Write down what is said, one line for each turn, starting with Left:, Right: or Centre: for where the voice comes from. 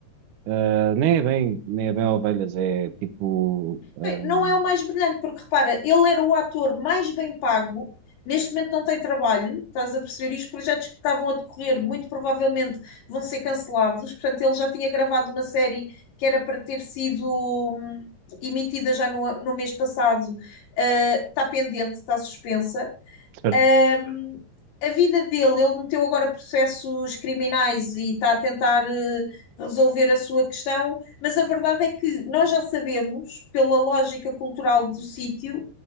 Right: Ah, nem é bem, nem é bem ovelhas, é tipo. ahm,
Left: Bem, não é o mais brilhante, porque repara, ele era o ator mais bem pago, neste momento não tem trabalho, estás a perceber? E os projetos que estavam a decorrer muito provavelmente vão ser cancelados. Portanto, ele já tinha gravado uma série que era para ter sido hum, emitida já no, no mês passado, eh, está pendente, está suspensa.
Right: certo?
Left: Ahm, a vida dele, ele meteu agora processos criminais e está a tentar eh, resolver a sua questão, mas a verdade é que nós já sabemos, pela lógica cultural do sítio,